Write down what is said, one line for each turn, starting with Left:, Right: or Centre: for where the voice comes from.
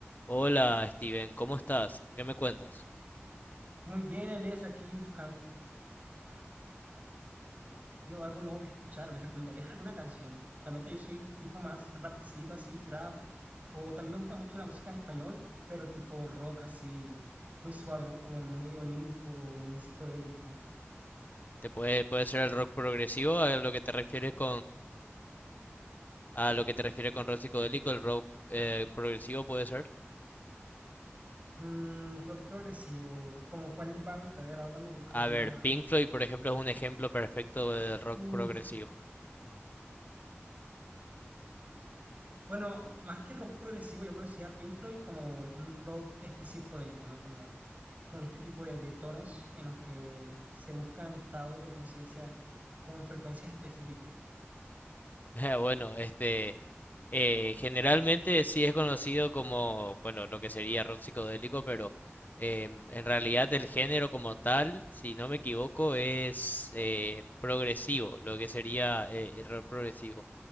Left: Hola Steven, ¿cómo estás? ¿Qué me cuentas?
Right: Muy bien, Elias, aquí buscando algo nuevo que escuchar. ¿Me recomendarías alguna canción? Realmente yo soy tipo más rapcito así, trap, o también me gusta mucho la música en español, pero tipo rock así, muy suave, ¿no? Como muy onírico, muy psicodélico.
Left: ¿Te puede, puede ser el rock progresivo a lo que te refieres con a lo que te refieres con rock psicodélico, el rock eh, progresivo puede ser?
Right: Mm, rock progresivo, ¿como cuáles bandas? A ver, háblame
Left: A
Right: alguna.
Left: ver, Pink Floyd, por ejemplo, es un ejemplo perfecto del rock
Right: Uf,
Left: progresivo.
Right: Bueno, más que rock progresivo, yo conocía a Pink Floyd como un rock este psicodélico, ¿no? Como con este tipo de, de tonos en los que se buscan estados de conciencia con frecuencias específicas.
Left: <laughs> Bueno, este eh, generalmente sí es conocido como, bueno, lo que sería rock psicodélico, pero eh, en realidad el género como tal, si no me equivoco, es eh, progresivo, lo que sería eh, el rock progresivo.